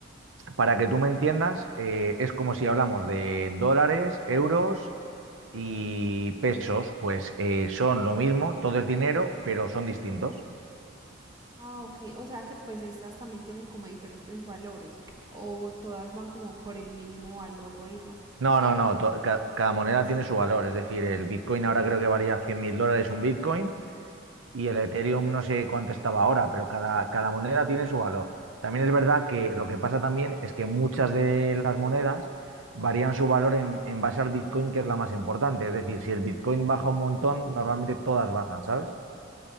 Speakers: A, on the right; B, on the right.
A: para que tú me entiendas, eh, es como si hablamos de dólares, euros y pesos, pues eh, son lo mismo, todo es dinero, pero son distintos.
B: Ah, ok, o sea que pues estas también tienen como diferentes valores o todas van como por el mismo valor o hay unas...
A: No,
B: Sí,
A: no, no, to- ca- cada moneda tiene su valor, es decir, el Bitcoin ahora creo que valía cien mil dólares un Bitcoin y el Ethereum no sé cuánto estaba ahora, pero cada, cada moneda tiene su valor. También es verdad que lo que pasa también es que muchas de las monedas varían su valor en, en base al Bitcoin, que es la más importante. Es decir, si el Bitcoin baja un montón, normalmente todas bajan, ¿sabes?